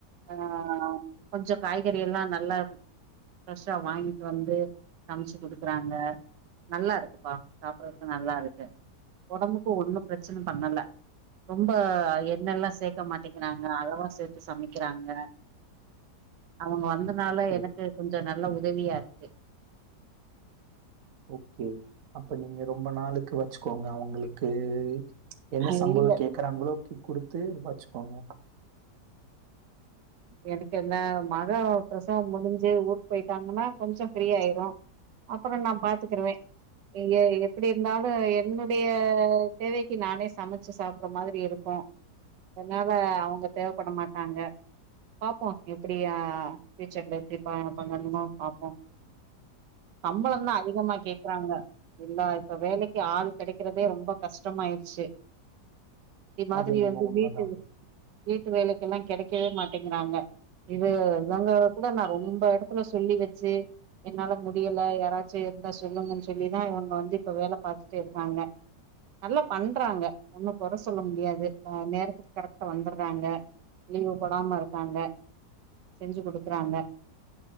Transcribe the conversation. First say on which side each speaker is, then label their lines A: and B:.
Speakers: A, on the right; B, on the right.
A: அஹ் கொஞ்சொ காய்கறியெல்லா நல்லா ஃப்ரெஷ்ஷா வாங்கிட்டு வந்து சமச்சு குடுக்குறாங்க நல்லா இருக்குப்பா சாப்பட்றதுக்கு நல்லா இருக்கு ஒடம்புக்கு ஒன்னு ப்ரெச்சன பண்ணல ரொம்ப எண்ணெல்லா சேக்க மாட்டேங்கறாங்க அளவா சேத்து சமைக்கிறாங் க அவுங்க வந்த னால
B: ஓகே,
A: எனக்கு கொஞ்சொ நல்ல உதவியா இருக்
B: ஓகே அப்ப நீங்க ரொம்ப நாளுக்கு வச்சுக்கோ ங்க அவுங்களுக் கு என்ன
A: இல்ல
B: சம்பளோ கேக்குறாங்களோ குடுத்து வச்சுக்கோங்க
A: எனக்கு இந்த மக ப்ரசவம் முடிஞ்சு ஊருக் போய்ட்டாங்கன்னா கொஞ்சொ ஃப்ரீ ஆயிரு அப்பறோ நா பாத்துக்குருவே எ எப்டி இருந்தாலு என்னுடைய தேவைக்கு நானே சமச்சு சாப்பற மாதிரி இருக்கு அதனால அவுங்க தேவப்பட மாட்டாங்க பாப்போ எப்டி ஆஹ் ஃப்யூச்சர்ல எப்டி ப பண்ணணுமோ பாப்போ சம்பளந்
B: ம்.
A: தா அதிகமா கேக்குறாங்க எல்லா இப்ப வேலைக்கு ஆள் கெடைக்கிறதே ரொம்ப கஷ்டமாயிர்ச்சு இடி மாதிரி
B: அது என்னமோ
A: வந்து
B: உண்மதான்.
A: வீட்டு வீட்டு வேலைக்கெல்லா கெடைக் க்கவே மாட்டேங்கிறாங்க இது இவங்க கூட நான் ரொம்ப எடத்துல சொல்லி வச்சு என்னால முடியல யாராச்சு இருந்தா சொல்லுங்கன்னு சொல்லிதான் இவங்க வந்து இப்ப வேல பாத்துட்டு இருக்காங்க நல்லா பண்றாங்க ஒண்ணும் கொற சொல்ல முடியாது ஆ நேரத்துக்கு கரெக்டா வந்துறாங்க லீவு போடாம இருக்காங்க செஞ்சு குடுக்குறாங்க